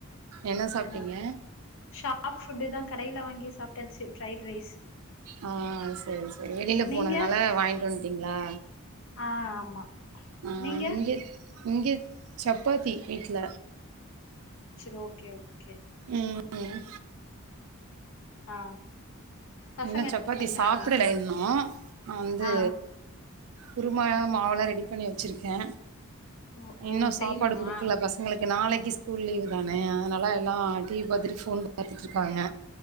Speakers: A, on the right; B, on the left.
A: என்ன சாப்ட்டீங்க
B: ஆ ஷாப் ஃபுட்டுதா கடையில வாங்கி சாப்ட்டாச்சி ப்ரைட் ரைஸ்
A: ஆ சேரி சேரி வெளியில
B: நீங்க
A: போனதுனால வாய்ன்ட்டு வன்ட்டீங்ளா
B: ஆ ஆமா
A: ஆ
B: நீங்க
A: இங்கே இங்கே சப்பாத்தி வீட்ல
B: செரி ஓகே ஓகே
A: ம் ம்
B: ஆ பசங்க
A: இன்னு
B: என்ன
A: சப்பாத்தி
B: பண்றாங்க
A: சாப்பிடல இன்னு வந்து
B: ஆ
A: குருமா மாவெல்லா ரெடி பண்ணி வச்சிருக்கே
B: ஓ ஓ
A: இன்னு
B: செய்யணுமா
A: சாப்பாடு குடுக்கல பஸ் சங்களுக்கு நாளைக்கு ஸ்கூல் லீவு தான அதனால எல்லா டிவி பாத்துட்டு ஃபோன் பாத்துட்ருக்காங்க